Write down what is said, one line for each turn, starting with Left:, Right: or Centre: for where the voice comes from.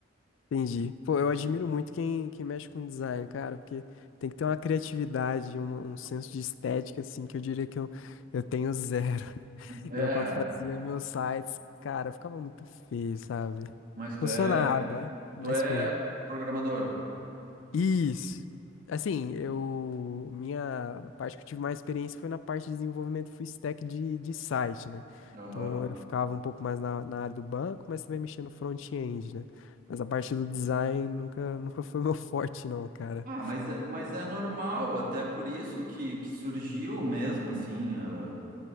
Left: Entendi. Pô, eu admiro muito quem, quem mexe com design, cara, porque tem que ter uma criatividade, uma- um senso de estética, assim, que eu diria que eu, eu tenho zero. <laughs>
Right: É,
Left: Eu, quando fazia meus sites, cara, ficava muito feio, sabe?
Right: mas tu
Left: Funcionava,
Right: é,
Left: mas
Right: tu é
Left: feio.
Right: programador.
Left: Isso. Assim, eu. Minha parte que eu tive mais experiência foi na parte de desenvolvimento full stack de, de site, né?
Right: Aham.
Left: Então eu ficava um pouco mais na, na área do banco, mas também mexia no front-end, né? Mas a parte do design nunca, <laughs> nunca foi meu forte, não, cara.
Right: Ah, mas, é- mas é normal, até por isso que, que surgiu mesmo, assim, ah,